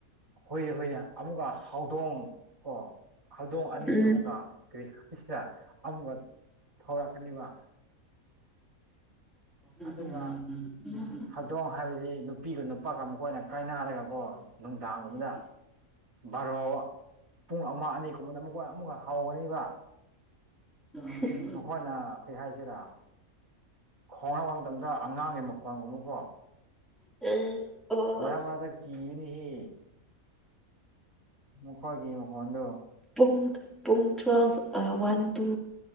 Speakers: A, on the right; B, in the centre.
A: ꯍꯨꯏ ꯍꯨꯏꯅꯦ ꯑꯃꯨꯛꯀ ꯍꯧꯗꯣꯡ ꯀꯣ꯫ ꯍꯧꯗꯣꯡ ꯑꯅꯤ
B: ꯎꯝ
A: ꯑꯃꯨꯛꯀ ꯀꯔꯤ ꯍꯥꯏꯁꯤꯔꯥ ꯑꯃꯨꯛꯀ ꯊꫭꯔꯛꯀꯅꯤꯕ꯫
B: <inaudible>
A: ꯑꯗꯨꯒ ꯍꯧꯗꯣꯡ ꯍꯥꯏꯕꯁꯤ ꯅꯨꯄꯤꯒ ꯅꯨꯄꯥꯒ ꯃꯈꯣꯏꯅ ꯀꯥꯏꯅꯔꯦꯒ ꯀꯣ꯫ ꯅꯨꯡꯗꯥꯡ ꯒꯨꯝꯕꯗꯥ ꯕꯥꯔꯣ꯫ ꯄꯨꯡ ꯑꯃ ꯑꯅꯤꯒꯨꯝꯕꯗ ꯑꯃꯨꯛꯀ ꯑꯃꯨꯛꯀ ꯍꯥꯎꯒꯅꯤꯕ꯫
B: <unintelligible>
A: ꯃꯈꯣꯏꯅ ꯀꯩ ꯍꯥꯏꯁꯤꯔꯥ ꯈꯣꯡꯂꯛꯄ ꯃꯇꯝꯗ ꯑꯉꯥꯡꯒꯤ ꯃꯈꯣꯟꯒꯨꯝꯕꯀꯣ꯫
B: ꯎꯝ ꯑꯣ
A: ꯃꯔꯛ ꯃꯔꯛꯇ ꯀꯤꯕꯅꯤꯍꯦ꯫ ꯃꯈꯣꯏꯒꯤ ꯃꯈꯣꯟꯗꯣ
B: ꯄꯨꯡ ꯄꯨꯡ ꯇ꯭ꯨꯋꯦꯜꯐ ꯑꯥ ꯋꯥꯟ ꯇꯨ